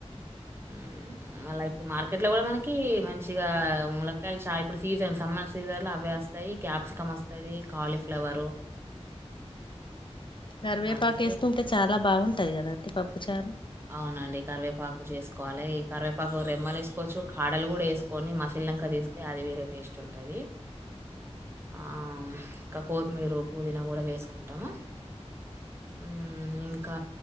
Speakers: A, on the right (about 20°); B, on the left (about 45°).
A: <inaudible> మళ్ళా ఇప్పుడు మార్కెట్ లో కూడా మనకి మంచిగా ములక్కకాయలు చాలా ఇప్పుడు సీజన్ సమ్మర్. సీజర్ల అవ్వే వస్తాయి. క్యాప్సికం వస్తంద. కాలీఫ్లవరు.
B: కరివేపాకు
A: మార్కెట్కి
B: వేసుకుంటే
A: పేరు,
B: చాలా బాగుంటది కదండి పప్పుచారు
A: అవునండి కర్వేప్. పాకు చేసుకోవాలి. ఈ కరివేపాకు రెమ్మలు వసుకోవచ్చు. కాడలు కూడా వేసుకొని మసీల్నాంక తీస్తే అది వేరే. టేస్ట్ ఉంటది, ఇంక కొత్తిమీరు పుదినా కూడా వేస్త. కుంటామా. ఉహ్ ఇంకా